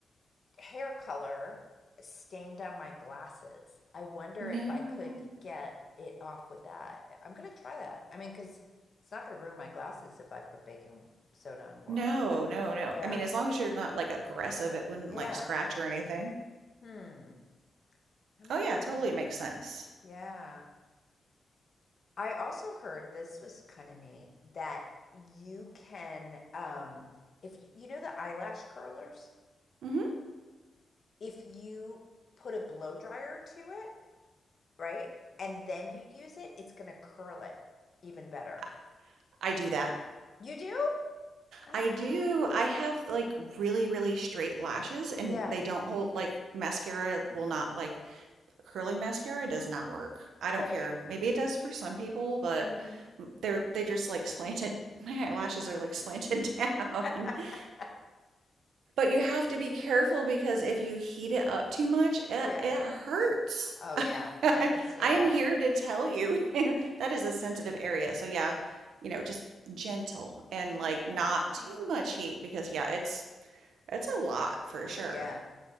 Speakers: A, on the left; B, on the right.
A: hair color stained on my glasses. I wonder
B: No,
A: if I could get it off with that. I'm gonna try that. I mean, because it's not gonna ruin my glasses if I put baking soda and water
B: no,
A: on it.
B: no, no.
A: Yeah.
B: I mean, as long as you're not like aggressive, it wouldn't
A: Yeah.
B: like scratch or anything.
A: Hmm. I might
B: Oh, yeah,
A: try
B: totally
A: that.
B: makes sense.
A: Yeah. I also heard this was kind of neat that you can, um, if you, you know the eyelash curlers,
B: hmm
A: if you put a blow dryer to it, right? And then you use it, it's gonna curl it even better.
B: I I do that.
A: You do? Ah,
B: I do. I have like really, really straight lashes and
A: yeah,
B: they don't hold like mascara will not like curling mascara does not work. I don't
A: right.
B: care. Maybe it does for some people, but
A: Mm-hmm.
B: they're they just like <laughs> slanted my eyelashes are like slanted down.
A: <laughs>
B: <laughs> But you have to be careful because if you heat it up too much, it,
A: Yeah.
B: it hurts.
A: Oh, yeah.
B: <laughs> I
A: I could see
B: am
A: that.
B: here to tell you <laughs> that is a sensitive area. So yeah, you know, just gentle and
A: Ah,
B: like not too much heat because yeah, it's it's a lot for sure.
A: yeah.